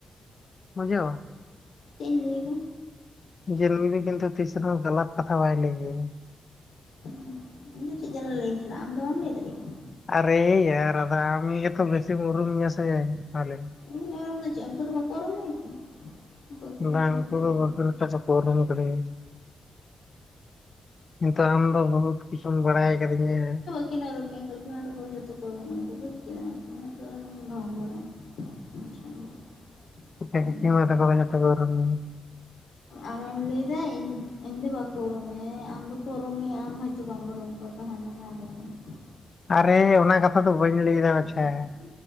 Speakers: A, on the left; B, on the left.
A: ᱵᱩᱡᱷᱟᱹᱣ?
B: ᱪᱮᱜ ᱤᱧ ᱞᱟᱹᱭ <inaudible>
A: ᱡᱮ ᱨᱩᱵᱤᱱ ᱠᱤᱱᱛᱩ ᱛᱤᱥ ᱨᱮᱦᱚᱸ ᱜᱟᱞᱟᱛ ᱠᱟᱛᱷᱟ ᱵᱟᱭ ᱞᱮᱭ ᱜᱮᱭᱟ᱾
B: ᱩᱸ ᱤᱧ ᱫᱚ ᱪᱮᱫ ᱡᱟᱞᱟ ᱞᱟᱹᱭᱟᱹᱧ ᱪᱟᱞᱟᱜ-ᱟ ᱟᱢ ᱫᱚ ᱵᱟᱢ ᱞᱟᱹᱭ ᱫᱟᱲᱮᱭᱟᱜ-ᱟ ᱠᱟᱱᱟ᱾
A: ᱟᱨᱮᱭᱟᱨ ᱟᱫᱚ ᱟᱢ ᱜᱮᱛᱚ ᱵᱮᱥᱤᱢ ᱩᱨᱩᱢ ᱢᱤᱧᱟᱸ ᱥᱮ ᱢᱟ ᱞᱮᱭᱢᱮ᱾
B: ᱤᱧ ᱩᱨᱩᱢ ᱫᱚ ᱪᱮᱫ ᱩᱱᱠᱩ ᱫᱚ ᱵᱟᱠᱚ ᱩᱨᱩᱢ ᱢᱮᱭᱟ ᱠᱤ? ᱩᱱᱠᱩ ᱫᱚ
A: ᱵᱟᱝ
B: ᱡᱚᱛᱚ ᱦᱚᱲ
A: ᱩᱝᱠᱩ
B: ᱠᱚ ᱩᱨᱩᱢᱤᱧᱟ
A: ᱫᱚ <unintelligible> ᱠᱚ ᱩᱨᱩᱢ ᱠᱟᱫᱮᱭᱟ, ᱠᱤᱱᱛᱩ ᱟᱢᱫᱚ ᱵᱩᱦᱩᱫ ᱠᱤᱪᱷᱩᱢ ᱵᱟᱲᱟᱭ ᱠᱟᱫᱤᱧᱟ᱾
B: ᱠᱤᱱ ᱩᱨᱩᱢ ᱢᱮᱭᱟ ᱠᱟᱠᱤᱢᱟ ᱛᱟᱠᱚ ᱫᱚ ᱡᱷᱚᱛᱚ ᱠᱚ ᱩᱨᱩᱢ ᱢᱮᱭᱟ ᱠᱚ ᱵᱩᱡ ᱠᱮᱫᱟᱢ ᱩᱱᱟᱹᱜ ᱫᱚ ᱟᱞᱚᱢ ᱰᱷᱚᱝ ᱵᱟᱲᱟᱭᱟ᱾ <unintelligible>
A: ᱠᱟᱠᱤᱢᱟ
B: ᱟᱢ ᱞᱮᱠᱟ
A: ᱛᱟᱠᱚ ᱫᱚ ᱡᱷᱚᱛᱚ ᱠᱚ ᱩᱨᱩᱢᱤᱧᱟ?
B: ᱟᱢᱮᱢ ᱞᱟᱹᱭ ᱫᱟ ᱤᱧ ᱤᱧᱫᱚ ᱵᱟᱠᱚ ᱩᱨᱩᱢ ᱢᱮᱭᱟ ᱦᱮᱸ ᱟᱢ ᱫᱚᱠᱚ ᱩᱨᱩᱢ ᱢᱮᱭᱟ ᱟᱢ ᱦᱚᱸ ᱛᱩ ᱵᱟᱝ ᱩᱨᱩᱢ ᱠᱚᱣᱟ ᱛᱟᱞᱦᱮ <inaudible>
A: ᱟᱨᱮ ᱚᱱᱟ ᱠᱟᱛᱷᱟ ᱫᱚ ᱵᱟᱹᱧ ᱞᱟᱹᱭ ᱫᱟ ᱵᱟᱪᱷᱟ
B: ᱪᱮᱫ